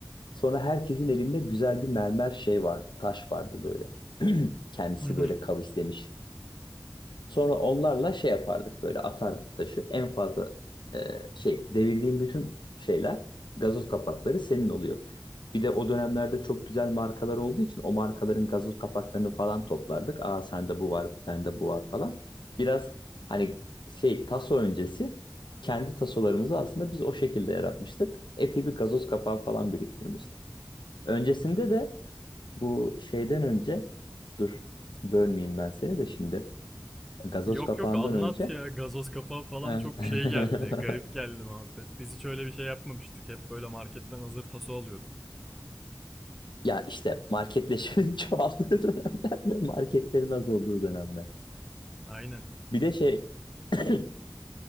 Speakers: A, on the left; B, in the centre.
A: Sonra herkesin elinde güzel bir mermer şey vardı. Taş vardı böyle. <clears throat> Kendisi
B: Hı hı.
A: böyle kavislemiş. Sonra onlarla şey yapardık böyle atardık taşı. En fazla e, şey devirdiğim bütün şeyler gazoz kapakları senin oluyor. Bir de o dönemlerde çok güzel markalar olduğu için o markaların gazoz kapaklarını falan toplardık. Aa sende bu var, bende bu var falan. Biraz hani şey taso öncesi kendi tasolarımızı aslında biz o şekilde yaratmıştık. Epey bir gazoz kapağı falan biriktirmiştik. Öncesinde de bu şeyden önce dur bölmeyeyim ben seni de şimdi. Gazoz
B: Yok
A: kapağından
B: yok anlat
A: önce
B: ya. Gazoz kapağı falan
A: <laughs>
B: çok şey geldi. Garip geldi muhabbet. Biz hiç öyle bir şey yapmamıştık. Hep böyle marketten hazır taso alıyorduk.
A: ya işte marketleşmenin <laughs> çoğaldığı dönemler ve marketlerin az olduğu dönemler.
B: Aynen.
A: Bir de şey <clears throat>